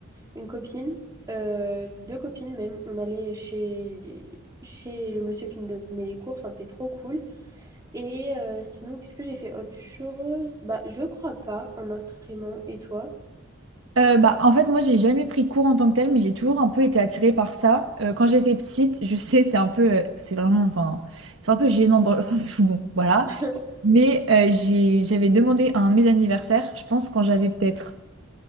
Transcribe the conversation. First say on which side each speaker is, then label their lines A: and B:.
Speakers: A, on the right; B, on the right.
A: une copine, euh, deux copines même. On allait chez, chez le monsieur qui nous donnait les cours. Enfin, c'était trop cool. Et euh, sinon, qu'est-ce que j'ai fait autre chose? Bah, je crois pas en instrument. Et toi?
B: Euh, bah, en fait, moi, j'ai jamais pris cours en tant que tel, mais j'ai toujours un peu été attirée par ça. Euh, quand j'étais petite, je <laughs> sais, c'est un peu, euh, c'est vraiment, enfin, c'est un peu gênant dans le sens où, bon, voilà.
A: <laughs>
B: Mais euh, j'ai, j'avais demandé à un de mes anniversaires, je pense quand j'avais peut-être